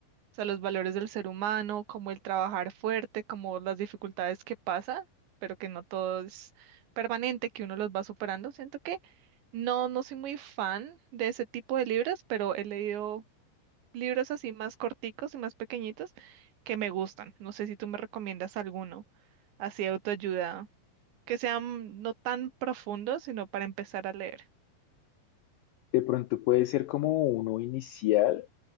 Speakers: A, on the right; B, on the left.
A: O sea, los valores del ser humano, como el trabajar fuerte, como las dificultades que pasa, pero que no todo es permanente, que uno los va superando. Siento que no, no soy muy fan de ese tipo de libros, pero he leído libros así más corticos y más pequeñitos que me gustan. No sé si tú me recomiendas alguno, así de autoayuda, que sean no tan profundos, sino para empezar a leer.
B: De pronto puede ser como uno inicial.